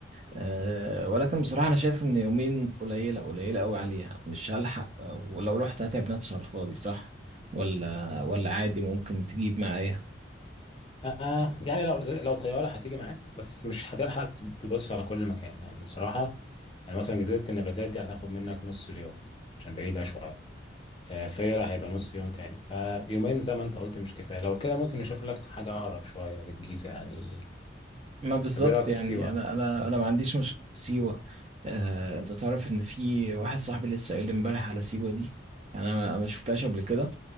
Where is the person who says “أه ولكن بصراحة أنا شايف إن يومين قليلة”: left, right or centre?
Right